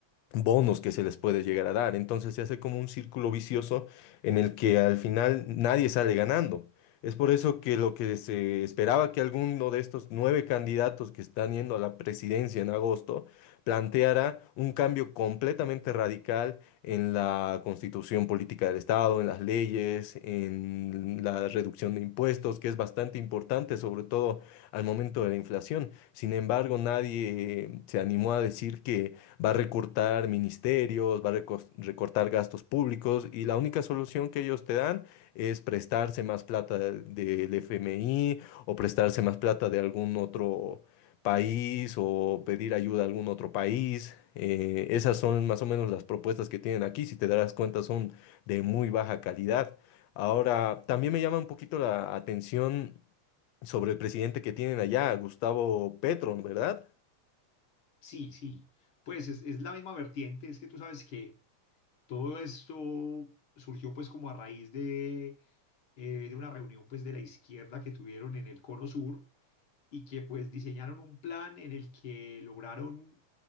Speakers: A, on the left; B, on the left.
A: bonos que se les puede llegar a dar. Entonces se hace como un círculo vicioso en el que al final nadie sale ganando. Es por eso que lo que se esperaba que alguno de estos nueve candidatos que están yendo a la presidencia en agosto planteara un cambio completamente radical en la constitución política del Estado, en las leyes, en la reducción de impuestos, que es bastante importante, sobre todo al momento de la inflación. Sin embargo, nadie eh, se animó a decir que va a recortar ministerios, va a recos- recortar gastos públicos y la única solución que ellos te dan es prestarse más plata de- del FMI o prestarse más plata de algún otro país o pedir ayuda a algún otro país. Eh, esas son más o menos las propuestas que tienen aquí. Si te darás cuenta, son de muy baja calidad. Ahora, también me llama un poquito la atención sobre el presidente que tienen allá, Gustavo Petro, ¿verdad?
B: Sí, sí, pues es, es la misma vertiente, es que tú sabes que todo esto surgió pues como a raíz de, eh, de una reunión pues de la izquierda que tuvieron en el Cono Sur y que pues diseñaron un plan en el que lograron